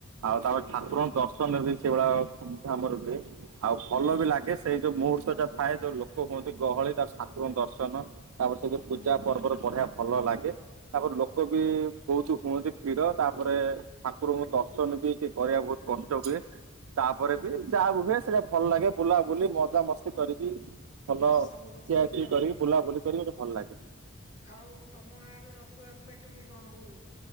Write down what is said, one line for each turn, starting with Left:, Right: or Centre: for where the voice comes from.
Right: ଆଉ ତାପରେ
Left: ହଁ
Right: ଠାକୁରଙ୍କ ଦର୍ଶନରେ ବି ସେଇଭଳିଆ ସଆମର ବି ଆଉ ଭଲ
Left: ହୁଁ
Right: ବି ଲାଗେ। ସେଇ ଯୋଉ ମୁହୂର୍ତ୍ତଟା ଥାଏ ଯୋଉ ଲୋକ କୁହନ୍ତି ଗହଳି ତା ଠାକୁରଙ୍କ ଦର୍ଶନ ତାପରେ ସେଠି ପୂଜା
Left: ହୁଁ
Right: ପର୍ବରେ ବଢିଆ ଭଲ ବି ଲାଗେ ତାପରେ ଲୋକ ବି ବହୁତୁ ହୁଅନ୍ତି ଭିଡ଼ ତାପରେ ଠାକୁରଙ୍କୁ ଦର୍ଶନ ବି ଟିକେ କରିବାକୁ ବହୁତ କଷ୍ଟ ହୁଏ। ତାପରେ
Left: ହୁଁ
Right: ବି ଯାହା ହୁଏ ସେଇଟା ଭଲ ଲାଗେ ବୁଲାବୁଲି ମଜା ମସ୍ତି କରିକି। ଭଲ
Left: ସବୁ
Right: ଖିଆ
Left: କିଛି ହୁଏ
Right: ଖି
Left: ଆଉ
Right: କରିକି ବୁଲାବୁଲି କରିକି ମୋତେ ଭଲ ଲାଗେ।
Left: ଆଉ ତମ ଗାଁ ରେ ରଥଯାତ୍ରା କେମିତି କଣ ହୁଏ?